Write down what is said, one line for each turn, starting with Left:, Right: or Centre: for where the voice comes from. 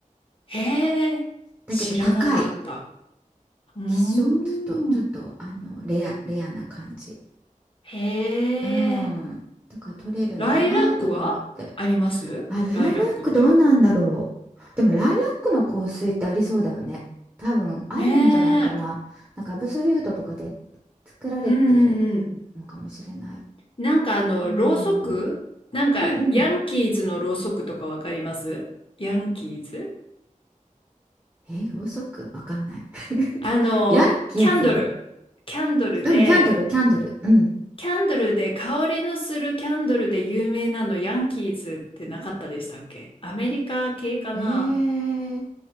Left: へえ。
Right: だけど高い。
Left: 知らなかった。うーん。
Right: 希少、ちょっと、ちょっと、あの、レア、レアな感じ。
Left: へ
Right: うん。
Left: え。
Right: だから取れるんだなとか思って。
Left: ライラックはありますライラックって。
Right: あ、ライラックどうなんだろう。でもライラックの香水ってありそうだよね。多分あるんじゃないかな。
Left: ねえ。
Right: なんかアブソリュートとかで作られてる
Left: うんうんうん。
Right: のかもしれない。
Left: なんかあの、
Right: うん、
Left: ろうそくなんか、
Right: うんうん。
Left: ヤンキーズのろうそくとかわかりますヤンキーズ
Right: え、ろうそくわかんない。<laughs>
Left: あの、
Right: ヤンキーズの。
Left: キャンドル。キャンドルで、
Right: うん、キャンドル、キャンドル。うん。
Left: キャンドルで香りのするキャンドルで有名なのヤンキーズってなかったでしたっけアメリカ系かな
Right: へえ。うん